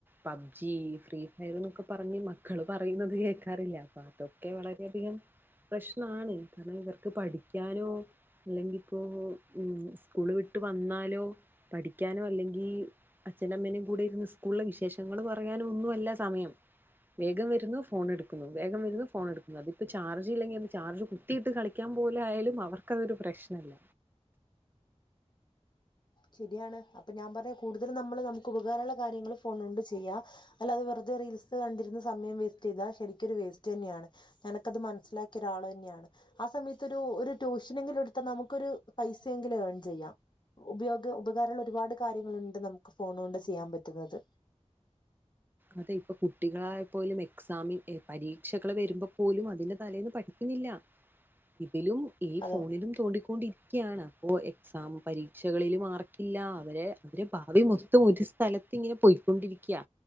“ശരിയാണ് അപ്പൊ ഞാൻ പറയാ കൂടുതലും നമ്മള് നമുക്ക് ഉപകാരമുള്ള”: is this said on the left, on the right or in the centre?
Left